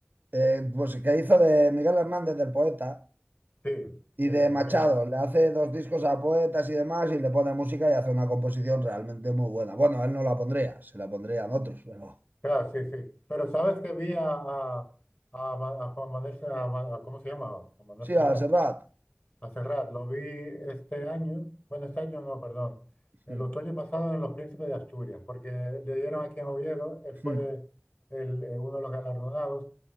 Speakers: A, on the right; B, on the left.
A: eh, pues que hizo de Miguel Hernández, del poeta.
B: sí,
A: y
B: de
A: de Machado.
B: Miguel Hernández.
A: Le hace dos discos a poetas y demás y le pone música y hace una composición realmente muy buena. Bueno, a él no la pondría, se la pondrían otros, pero
B: Claro, sí, sí. Pero sabes que vi a, a, a Ma- a Juan Manuel, Serrat- a Ma- a- ¿cómo se llama? Juan Manuel
A: sí,
B: Serrat.
A: a Serrat.
B: A cerrar, lo vi este año, bueno, este año no, perdón, el
A: Mm,
B: otoño pasado en Los Príncipes de Asturias, porque le dieron aquí en Oviedo, él fue
A: mm,
B: el, eh, uno de los galardonados,